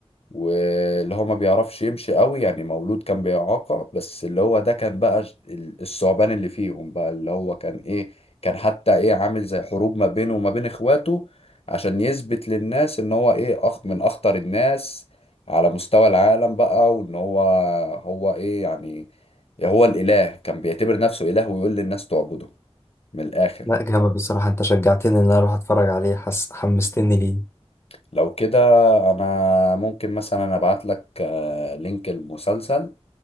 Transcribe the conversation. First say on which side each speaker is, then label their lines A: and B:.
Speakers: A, on the left (about 65°); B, on the left (about 20°).
A: واللي هو ما بيعرفش يمشي قوي يعني مولود كان بإعاقة بس اللي هو ده كان بقى ش- ال- الثعبان اللي فيهم بقى اللي هو كان ايه كان حتى ايه عامل زي حروب ما بينه وما بين اخواته عشان يثبت للناس ان هو ايه أخ من اخطر الناس على مستوى العالم بقى وان هو هو ايه يعني هو الإله كان بيعتبر نفسه إله ويقول للناس تعبده من الآخر
B: لا جامد بصراحة انت شجعتني ان انا اروح اتفرج عليه حس حمستني ليه
A: لو كده انا ممكن مثلا ابعت لك آه، لينك المسلسل